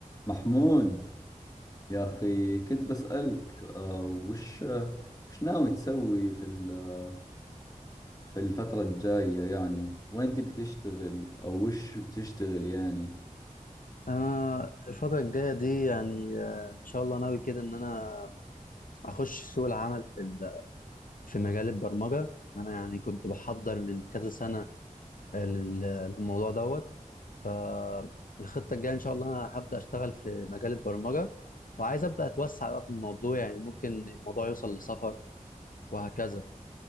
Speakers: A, on the left; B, on the left.
A: محمود يا أخي كنت بسألك آه، وش وش ناوي تسوي في ال- في الفترة الجاية يعني وين تبي تشتغل أو وش بتشتغل يعني
B: انا الفتره الجايه دي يعني آه، ان شاء الله ناوي كده ان انا اخش سوق العمل في ال- في مجال البرمجه انا يعني كنت بحضر من كذا سنه لل- للموضوع دوت فالخطه الجايه ان شاء الله انا هبدا اشتغل في مجال البرمجه وعايز ابدا اتوسع بقى في الموضوع يعني ممكن الموضوع يوصل لسفر وهكذا